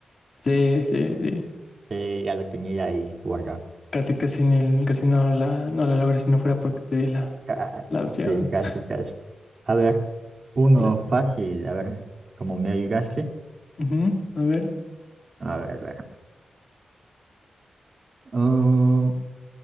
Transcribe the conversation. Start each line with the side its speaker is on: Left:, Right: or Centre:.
Left: Sí, sí, sí.
Right: Sí, ya lo tenía ahí guardado.
Left: Casi, casi, ni- casi no la, no la logré si no fuera porque te di la,
Right: Ca-
Left: la opción.
Right: Sí, casi,
Left: <laughs>
Right: casi. A ver, uno
Left: Claro.
Right: fácil, a ver, como me ayudaste.
Left: Ujú, A ver.
Right: A ver, a ver. Mm,